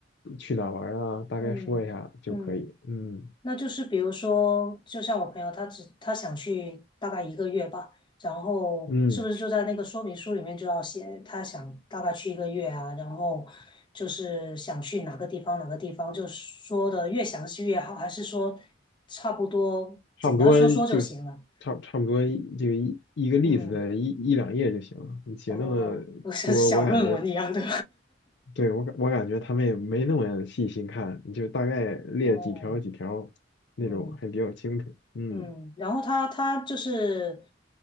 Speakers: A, on the left (about 65°); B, on the left (about 25°).
A: 去哪儿玩儿啊，大概说一下就可以。
B: 嗯嗯。
A: 嗯
B: 那就是比如说，就像我朋友，他只他想去大概一个月吧，然后是不是就在那个说明书里面就要写他想大概去一个月啊，
A: 嗯。
B: 然后就是想去哪个地方哪个地方，就说的越详细越好，还是说差不多简单说说就行了？
A: 差不多就差差不多就一一个例子的一一两页就行了。
B: 嗯，
A: 你写那么多，
B: 哦，不是小论文一样的。
A: 我感觉，对，我感我感觉他们也没那么细心看，你就大概列几条几条那种，
B: <laughs> 哦，嗯。
A: 还比较清楚。嗯，
B: 嗯，然后他他就是，